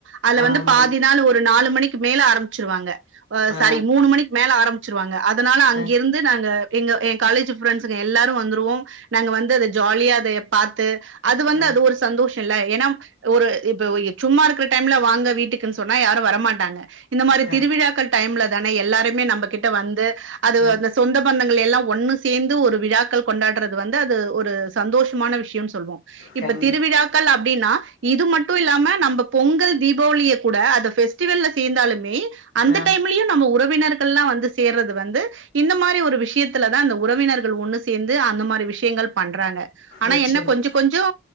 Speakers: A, on the right; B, on the left.
A: அதுல
B: ஆமா.
A: வந்து பாதி நாள் ஒரு நாலு மணி க்கு மேல ஆரம் ச்சுருவாங்க அ
B: ஆ,
A: சாரி மூணு மணிக் மேல ஆரம்ச்சிருவாங்க அதனால அங்கெருந்து
B: அ,
A: நாங்க இங்க எ காலேஜு ஃப்ரெண்ட்ஸுங்க எல்லாரு வந்துருவோ நாங்க வந்து அத ஜாலியா அத பாத்து அது வந்து
B: அ,
A: அது ஒரு சந்தோஷல்ல ஏனா ஒரு இப்ப சும்மா இருக்குற டைம்ல வாங்க வீட்டுக்குன் சொன்னா யாரு வரமாட்டாங்க இந்த மாரி
B: க,
A: திருவிழாக்கள் டைம்ல தானெ எல்லாருமே நம்ப கிட்ட வந்து அது
B: அ,
A: அந்த சொந்த பந்தங் கள் எல்லா ஒன்னு சேந்து ஒரு விழாக்கள் கொண்டாட்றது வந்து அது ஒரு சந்தோஷமான விஷ்யம் சொல்வோ
B: கண்
A: இப்ப திருவிழாக்கள் அப்டின்னா இது மட்டு இல்லாம நம்ப பொங்கல் தீபாவளிய கூட அத ஃபெஸ்டிவல்ல சேந்தாலு மே அந்த
B: ஆ,
A: டைம்லயு நம்ம உறவினர் கள்லா வந்து சேர்றது வந்து இந்த மாரி ஒரு விஷயத்துல தா இந்த உறவினர் கள் ஒன்னு சேந்து அந்த மாரி விஷ்யங்கள் பண்றாங்க ஆனா
B: நிச்சயமா.
A: என்ன கொஞ்சொ கொஞ்சோ